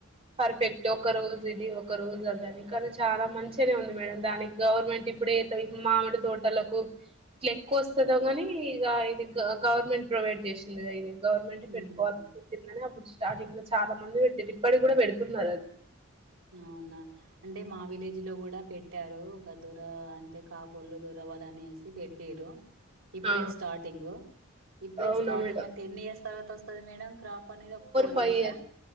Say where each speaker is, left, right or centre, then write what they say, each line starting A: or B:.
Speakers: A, on the right (about 30°); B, on the right (about 85°).
A: పర్ఫెక్ట్ ఒక రోజు ఇది ఒక ఒక రోజు అదని కానీ చాలా మంచిగనే ఉంది మేడం దానికి గవర్నమెంట్ ఇప్పుడే ఏతాది మామిడి తోటలకు ఇట్ల ఎక్కువ వస్తాధేమో కానీ ఇగ ఇది గవర్నమెంట్ ప్రొవైడ్ చేసింది గ ఇది గవర్నమెంట్ పెట్టుకోవాలనుకుంటుంది
B: ఉహు
A: అని అప్పుడు స్టార్టింగ్ లో చాలా మంది పెటిండ్రు ఇప్పటి గి కూడా పెడుతున్నారు అది
B: అవునా అంటే మా విలేజ్ లో కూడా పె పెట్టారు ఒక దొర అంటే కాపోలు దొర వాలనేసి పెట్టిరు ఇప్పుడే
A: ఆ
B: స్టార్టింగ్ ఇప్పుడే
A: అవునా
B: స్టార్టింగ్
A: మేడం
B: అంటే ఎన్ని ఇయర్స్ తర్వాత వస్తది మేడం క్రాప్ పనేది ఒక ఫోర్
A: ఫైవ్
B: ఇయర్సా
A: years